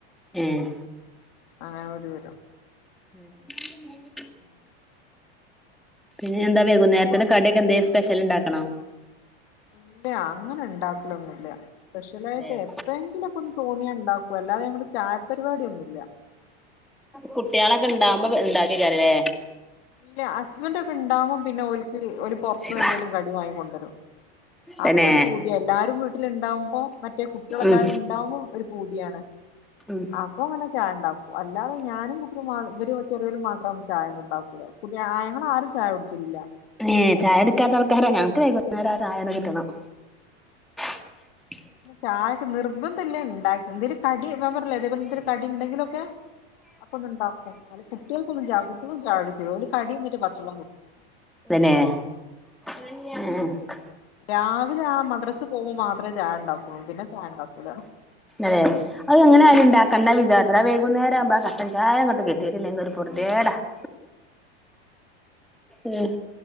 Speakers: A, in the centre; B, on the left.
A: ഉം
B: ആ ഒരു വിധം
A: <unintelligible>
B: <unintelligible>
A: പിന്നെ എന്താ വൈകു നേരത്തിന് കടിയൊക്കെ എന്താ സ്പെഷ്യൽ ഉണ്ടാക്കണോ
B: ഇല്ല അങ്ങനെ ഉണ്ടാക്കലൊന്നുമില്ല സ്പെഷ്യലായിട്ട്
A: ഏഹ്
B: എപ്പോഴെങ്കിലുമൊക്കെ ഒന്ന് തോന്നിയാ ഉണ്ടാക്കും അല്ലാതെ ചായപരിപാടി ഒന്നുമില്ല
A: കുട്ടികളൊക്കെ ഉണ്ടാവുമ്പോ ഉണ്ടാക്കിക്കാരല്ലേ
B: ഇല്ല ഹസ്ബൻഡ് ഒക്കെ ഉണ്ടാകുമ്പോ പിന്നെ ഓലിക്ക് ഒരു പുറത്ത്
A: ശിവ
B: നിന്ന് എന്തേലും കടി വാങ്ങിക്കൊണ്ടുവരും
A: തന്നെ
B: അപ്പൊ ഒരു പുതിയ എല്ലാരും വീട്ടില ഉണ്ടാവുമ്പോ മറ്റേ കുട്ടികൾ എല്ലാവരും
A: ഉം
B: ഉണ്ടാവുമ്പോ ഒരു ഭൂതിയാണ്
A: ഉം
B: അപ്പൊ അങ്ങനെ ചായ ഉണ്ടാക്കും അല്ലാതെ ഞാനും കുട്ടിക വര ചെറിയൽ മാത്രം ചായയ ഒന്ന ഉണ്ടാക്കൂല കുട്ടികൾ ഞങ്ങളാരും ചായ കുടിക്കലില്ല
A: ഏ ചായ എടുക്കാത്ത ആർക്കാരാഞങ്ങക്ക് വൈകുന്നേരം ചായ ഒന്ന് കിട്ടണം <unintelligible>
B: ചായക്ക് നിർബന്ധല്ലേ ണ്ടാക്കല് എന്തേലു കടി ഞാമ്പറ ഞ്ഞില്ലേ അതേപോലെ എന്തരു കടിണ്ടെങ്കിലൊക്കെ അപ്പൊ ഒന്നും ഉണ്ടാക്കൂലെ? കുട്ടികൾക്കൊന്നും ചായ കുട്ടിളൊന്നും ചായുടിക്കൂല ഒല് കടിന്നിട്ട് പച്ചെള്ളം കുടിക്ക
A: തന്നെ <inaudible>
B: രാവിലെ ആ മദ്രസ പോകുമ്പോ മാത്രേ ചായണ്ടാക്കൊള്ളൂ. പിന്നെ ചായണ്ടാക്കൂല.
A: തെ അയെങ്ങനാ കണ്ണ വിചാരച്ചയുടെ വൈകുന്നേരം ആവുമ്പാ കട്ടൻ ചായങ്ങട്ട് കിട്ടീട്ടില്ലെങ്ങിരു പറുത്യേടാ. <inaudible> ഉം